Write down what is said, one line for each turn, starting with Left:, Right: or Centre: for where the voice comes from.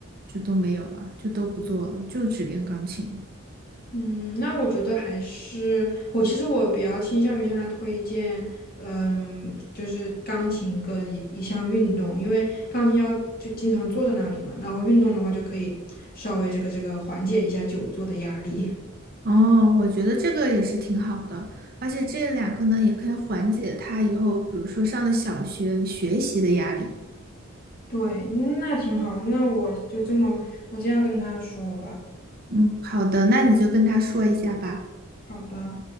Right: 就都没有了，就都不做了，就只练钢琴了。
Left: 嗯，那我觉得还是我其实我比较倾向于向他推荐，嗯，就是钢琴跟一一项运动，因为钢琴要就经常坐在那里嘛，然后运动的话就可以稍微这个这个缓解一下久坐的压力。
Right: 哦，我觉得这个也是挺好的，而且这两个呢也可以缓解他以后，比如说上了小学学习的压力。
Left: 对，那挺好的，那我就这么我这样跟他说吧。
Right: 嗯，好的，那你就跟他说一下吧。
Left: 好的。